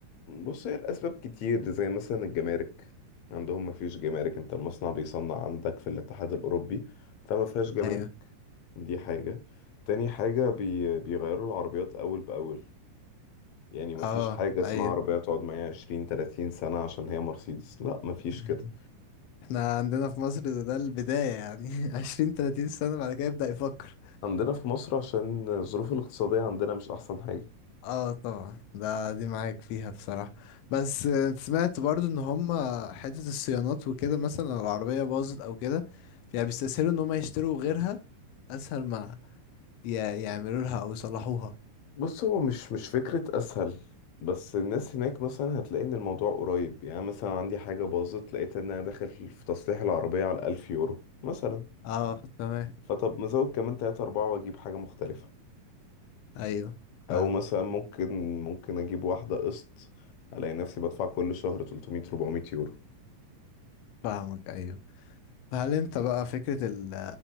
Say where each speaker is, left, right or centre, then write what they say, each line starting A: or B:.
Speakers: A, on the left; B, on the left.
A: بص هي الأسباب كتير زي مثلا الجمارك عندهم مفيش جمارك انت المصنع بيصنع عندك في الاتحاد الأوروبي فما فيهاش جمارك
B: ايوه
A: دي حاجة تاني حاجة بي... بيغيروا العربيات أول بأول يعني مفيش
B: اه
A: حاجة اسمها
B: ايوه
A: عربية تقعد معايا عشرين تلاتين سنة عشان هي مرسيدس لا مفيش
B: <laughs>
A: كده
B: احنا عندنا في مصر ده, ده البداية يعني <laughs> عشرين تلاتين سنة بعد كده يبدأ يفكر
A: عندنا في مصر عشان الظروف الاقتصادية عندنا مش أحسن حاجة
B: اه طبعا ده دي معاك فيها بصراحة بس آه، سمعت برضو ان هم حتة الصيانات وكده مثلا لو العربية باظت او كده يعني بيستسهلوا ان هم يشتروا غيرها اسهل ما ي- يعملوا لها او يصلحوها
A: بص هو مش مش فكرة أسهل بس الناس هناك مثلا هتلاقي إن الموضوع قريب يعني مثلا عندي حاجة باظت لقيت إن أنا داخل في تصليح العربية على ألف يورو مثلا
B: اه تمام
A: فطب مزود كمان تلاتة أربعة وأجيب حاجة مختلفة
B: ايوه
A: او
B: فاهم
A: مثلا ممكن ممكن اجيب واحدة قسط الاقي نفسي بدفع كل شهر 300 400 يورو
B: فاهمك ايوه فهل انت بقى فكرة ال